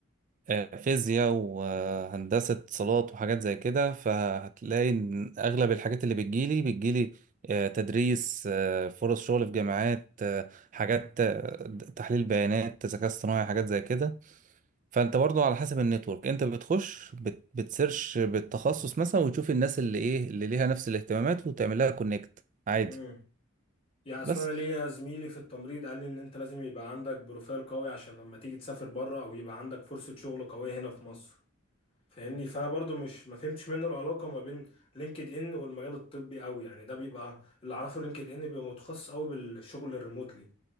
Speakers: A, on the right; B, on the left.
A: آه، فيزياء وهندسة اتصالات وحاجات زي كده فهتلاقي إن أغلب الحاجات اللي بتجيلي بتجيلي آه، تدريس آه، فرص شغل في جامعات آه، حاجات آه، تحليل بيانات ذكاء اصطناعي حاجات زي كده فأنت برضو على حسب النتورك أنت بتخش بت- بتسيرش بالتخصص مثلا وتشوف الناس اللي إيه اللي ليها نفس الاهتمامات وتعمل لها كونكت عادي
B: امم يعني اصلا
A: بس
B: انا ليا زميلي في التمريض قال لي ان انت لازم يبقى عندك بروفايل قوي عشان لما تيجي تسافر بره او يبقى عندك فرصة شغل قوية هنا في مصر فاهمني فانا برضو مش ما فهمتش منه العلاقة ما بين لينكد ان والمجال الطبي قوي يعني ده بيبقى اللي اعرفه لينكد ان بيبقى متخصص قوي بالشغل الريموتلي